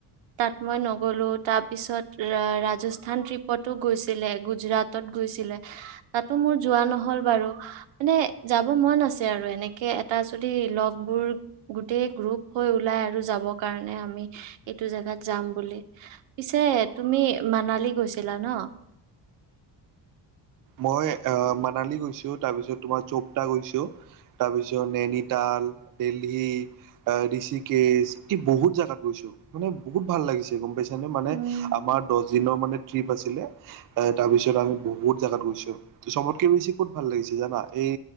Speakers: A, on the right; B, on the right.
A: তাত মই নগলো তাৰপিছত ৰা ৰাজস্থান ট্ৰিপতো গৈছিলে গুজৰাটত গৈছিলে তাতো মোৰ যোৱা নহ'ল বাৰু মানে যাব মন আছিল যে আৰু এনেকে এটা যদি লগ বোৰ গোটেই গ্ৰুপ হৈ ওলাই আৰু যাব কাৰণে আমি এইটো জেগাত যাম বুলি পিছে তুমি মানালী গৈছিলা ন
B: মই আ মানালী গৈছো তাৰ পিছত তোমাৰ চোপতা গৈছো তাৰপিছত নেনিতাল দিল্লী আ ঋষিকেশ বহুত জাগাত গৈছো মানে বহুত ভাল লাগিছে গম পাইছা যেনে মানে
A: উম,
B: আমাৰ দহ দিনৰ মানে ট্ৰিপ আছিলে তাৰপিছত আমি বহুত জেগাত গৈছো চবতকে বেছি ক'ত ভাল লাগিছে জানা এই